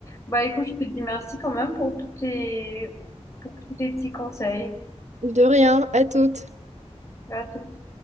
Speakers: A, on the left; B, on the right.
A: Bah écoute, je te dis merci quand même pour tous tes, pour tous tes petits conseils.
B: De rien, à toutes.
A: À toutes.